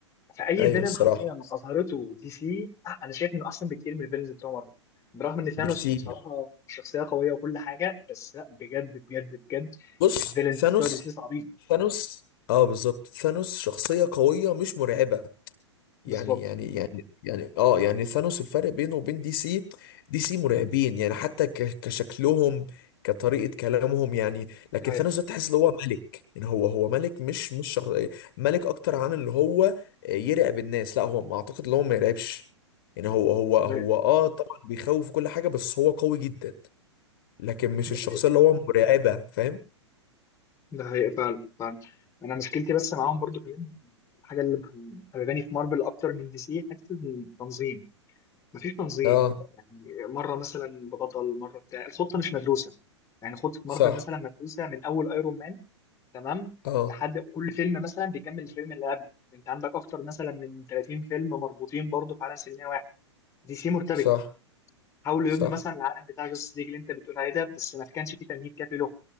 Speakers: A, on the left; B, on the left.
A: فاي
B: ايوه
A: فيلن
B: الصراحة
A: حرفيا اظهرته دي سي أه، انا شايف انه احسن بكتير من الفيلنز بتوع مارفل برغم ان ثانوس
B: بكتير
A: بصراحه شخصيه قويه وكل حاجه بس لا بجد بجد بجد
B: بص
A: الفيلنز
B: ثانوس
A: بتوع دي سي صعبين
B: ثانوس اه بالظبط ثانوس شخصية قوية مش مرعبة
A: بالظبط
B: يعني يعني يعني يعني اه يعني ثانوس الفرق بينه وبين دي سي دي سي مرعبين يعني حتى ك- كشكلهم كطريقة كلامهم يعني لكن
A: ده حقيقة
B: ثانوس ده تحس ان هو ملك يعني هو هو ملك مش مش شخص ملك اكتر عن اللي هو يرعب الناس لا هو ما اعتقد ان هو ما يرعبش يعني هو هو
A: ده
B: هو
A: حقيقة
B: اه طبعا بيخوف كل حاجة بس هو قوي جدا لكن مش
A: ده
B: الشخصية
A: حقيقة
B: اللي هو مرعبة فاهم
A: ده حقيقة فعلا فعلا أنا مشكلتي بس معاهم برضو كمان الحاجة اللي مخ- مخرباني في مارفل أكتر من دي سي حتة التنظيم مفيش تنظيم
B: اه
A: يعني مره مثلا ببطل مره بتاع الخطه مش مدروسه يعني خطه مارفل
B: صح
A: مثلا مدروسه من اول ايرون مان تمام
B: اه
A: لحد كل فيلم مثلا بيكمل الفيلم اللي قبله انت عندك اكتر مثلا من 30 فيلم مربوطين برضه في عالم سينمائي واحد دي سي مرتبكه
B: صح
A: حاولوا
B: صح
A: يبنوا مثلا العالم بتاع جاستس ليج اللي انت بتقول عليه ده بس ما كانش فيه تمهيد كافي له